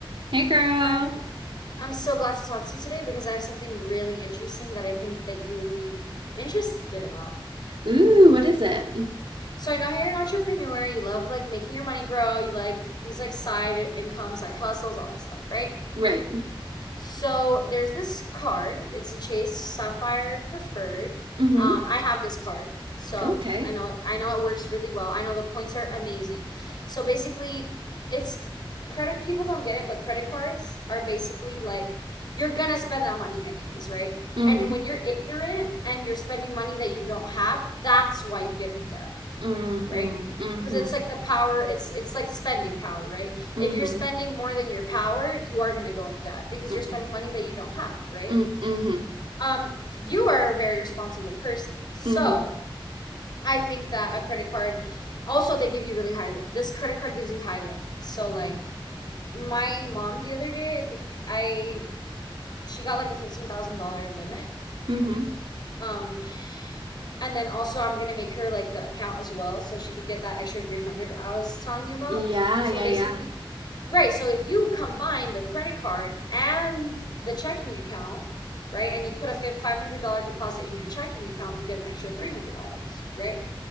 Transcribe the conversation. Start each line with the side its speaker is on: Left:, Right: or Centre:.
Right: Hey, girl.
Left: I'm I'm so glad to talk to you today because I have something really interesting that I think that you would be interested about.
Right: Ooh, what is it?
Left: So I know you're an entrepreneur, you love like making your money grow, you like these like side income, side hustles, all that stuff, right?
Right: Right.
Left: So there's this card. It's a Chase Sapphire Preferred.
Right: Mm-hmm.
Left: Um, I have this card, so
Right: Okay.
Left: I know it, I know it works really well. I know the points are amazing. So basically, it's credit people don't get it, but credit cards are basically like you're gonna spend that money anyways, right?
Right: Mm-hmm.
Left: And when you're ignorant and you're spending money that you don't have, that's why you get in debt
Right: Mm-hmm.
Left: right?
Right: Mm-hmm.
Left: Because it's like the power, it's it's like spending power, right?
Right: Mm-hmm.
Left: If you're spending more than your power, you are going to go in debt because
Right: Mm-hmm.
Left: you're spending money that you don't have, right?
Right: Mm-hmm.
Left: Um, you are a very responsible person. So,
Right: Mm-hmm.
Left: I think that a credit card also they give you really high this credit card gives you high limits. So like my mom the other day, I think I she got like a $15,000 limit.
Right: Mm-hmm.
Left: Um And then also I'm gonna make her like the account as well so she could get that extra 300 I was telling you about.
Right: Yeah,
Left: So
Right: yeah,
Left: basically,
Right: yeah.
Left: right, so if you combine the credit card and the checking account, right, and you put a fi- $500 deposit in your checking account, you get an extra $300, right?